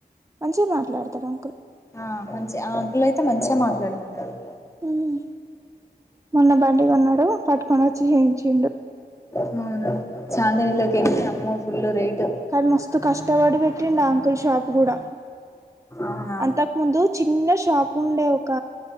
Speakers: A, on the right; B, on the left.
A: మంచిగా మాట్లాడతారు అంకుల్
B: అ మంచి ఆ అంకుల్లో అయితే మంచిగా మాట్లాడుతున్నారు
A: ఉమ్ మొన్న బండిగా ఉన్నాడు పట్టుకొని వచ్చి చేయించండు
B: అవును చాందనీలోకి ఎ అమ్మో ఫుల్ రేటు
A: కానీ మస్తు కష్టపడి పెట్టండి అంకుల్ షాప్ కూడా
B: అవునా
A: అంతకు ముందు చిన్న షాప్ ఉండే ఒక